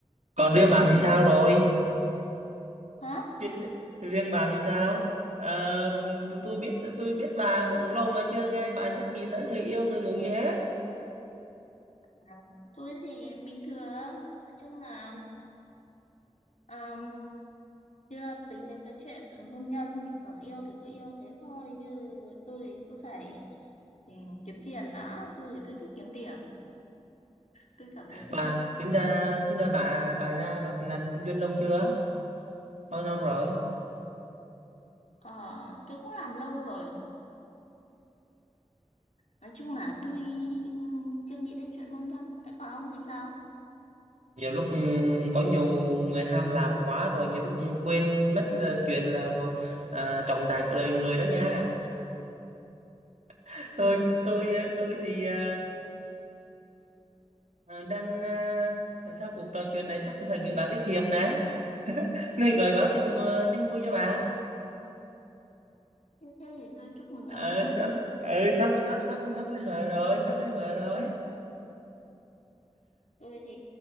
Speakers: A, on the right; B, on the left.
A: còn đứa bà
B: như
A: thì
B: tôi
A: sao rồi
B: hả
A: Chứ s- riêng bà thì sao? Ờ, tôi biết tôi biết bà cũng lâu mà chưa nghe bà nhắc gì tới người yêu người ngủ gì hết.
B: À, tôi thì bình thường nói chung là ờ, chưa tính đến cái chuyện hôn nhân còn yêu thì cứ yêu thế thôi như tôi cứ phải ừ, kiếm tiền đã tôi thì tôi thích kiếm tiền tôi cảm thấy tôi
A: Bà tính ra tính ra bà bà ra bà làm kinh doanh lâu chưa? Bao năm rồi?
B: ờ, tôi cũng làm lâu rồi nói chung là tôi ừ, chưa nghĩ đến chuyện hôn nhân thế còn ông thì sao
A: Nhiều lúc ừ, có nhiều người ham làm quá rồi nhiều lúc quên mất là chuyện là của- à, trọng đại của đời người đó nha. <laughs> Tôi tôi ờ, tôi thì ờ, ờ, đang ờ, sau cuộc trò chuyện này chắc cũng phải gửi bà kết hiệp này. <laughs> Này gửi báo tin mờ- tin vui cho bà.
B: Thế thế thì tôi chúc mừng
A: ờ,
B: ông nhá.
A: sắp, ờ, sắp sắp sắp sắp lấy vợ rồi sắp lấy vợ rồi
B: Tôi thì